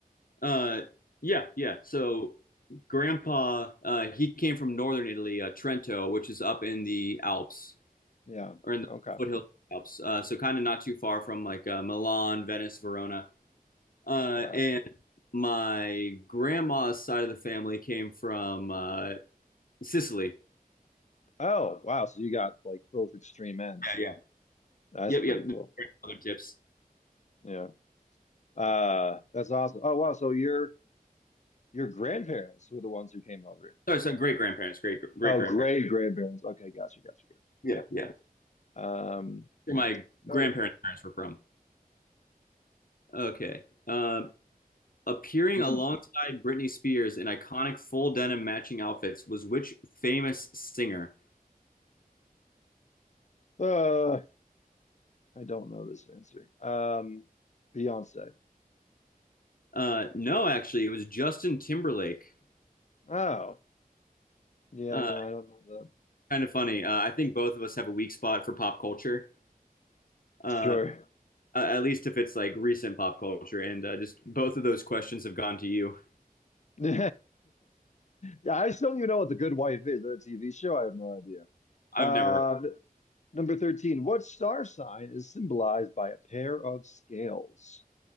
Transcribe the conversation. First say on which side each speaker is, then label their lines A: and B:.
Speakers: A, on the left; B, on the left.
A: Uh, yeah, yeah. So Grandpa, uh, he came from northern Italy, uh, Trento, which is up in the Alps
B: Yeah.
A: or in the
B: Okay.
A: foothills of the Alps. Uh, so kind of not too far from like uh, Milan, Venice, Verona. Uh,
B: Gotcha.
A: and my grandma's side of the family came from uh, Sicily.
B: Oh, wow. So you got like both extreme ends.
A: Yeah, yeah.
B: That's
A: Yep,
B: pretty
A: yep.
B: cool.
A: Other tips.
B: Yeah. Uh, that's awesome. Oh, wow. So your your grandparents were the ones who came over.
A: Sorry, sorry. Great grandparents. Great, great
B: Oh,
A: grandparents.
B: great grandparents. Okay, gotcha, gotcha, gotcha.
A: Yeah, yeah.
B: Yep. Um,
A: where my grandparents'
B: oh,
A: parents were from. Okay. Um, appearing
B: mm,
A: alongside Britney Spears in iconic full denim matching outfits was which famous singer?
B: uh, I don't know this answer. Um, Beyonce.
A: Uh, no, actually, it was Justin Timberlake.
B: Oh, yeah,
A: Uh,
B: no, I don't know that.
A: kind of funny. Uh, I think both of us have a weak spot for pop culture. Uh,
B: Sure.
A: at least if it's like recent pop culture, and uh, just both of those questions have gone to you.
B: <laughs> Yeah, I still don't even know what The Good Wife is. that TV show? I have no idea.
A: I've
B: Uh,
A: never. heard.
B: number 13. What star sign is symbolized by a pair of scales?